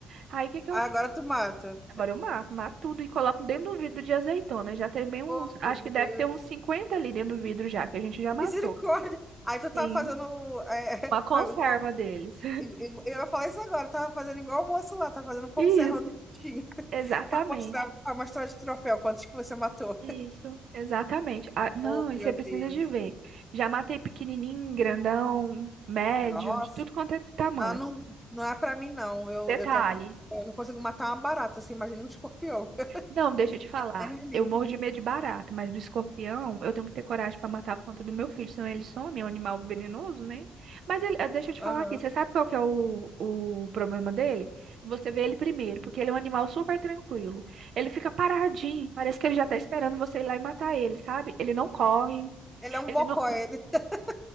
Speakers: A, on the right (about 65°); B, in the centre.
A: Aí o que que
B: Ah,
A: eu
B: Agora tu mata.
A: Agora eu mato, mato tudo e coloco dentro do vidro de azeitona. Eu Já tem meio uns,
B: Oh,
A: acho
B: meu Deus.
A: que deve ter uns 50 ali dentro do vidro já, que a gente já
B: Misericórdia.
A: matou.
B: Aí tu tá
A: Sim.
B: fazendo é, <laughs>
A: Uma conserva deles.
B: Eu, eu- eu ia falar isso agora, eu tava fazendo igual o moço lá, tava fazendo conserva
A: <laughs> Isso,
B: do tinha
A: exatamente.
B: para <laughs> mostrar, para mostrar de troféu quantos que você matou.
A: Isso, exatamente. Ah, não,
B: Oh,
A: e
B: meu
A: você precisa
B: Deus.
A: de ver. Já matei pequenininho, grandão, médio,
B: Nossa.
A: de tudo quanto é tamanho.
B: Ah, não, não é pra mim, não. Eu,
A: Detalhe,
B: eu tenho um... pa- Eu não consigo matar uma barata, você imagina um escorpião. <laughs>
A: Não, deixa eu te falar.
B: É livre.
A: Eu morro de medo de barata, mas do escorpião eu tenho que ter coragem para matar por conta do meu filho, senão ele some, é um animal venenoso, né? Mas ele, eh, deixa eu te
B: Aham.
A: falar aqui, você sabe qual que é o, o problema dele? Você vê ele primeiro, porque ele é um animal super tranquilo. Ele fica paradinho, parece que ele já tá esperando você ir lá e matar ele, sabe? Ele não corre,
B: Ele é um
A: ele
B: bocó,
A: não,
B: ele. <laughs>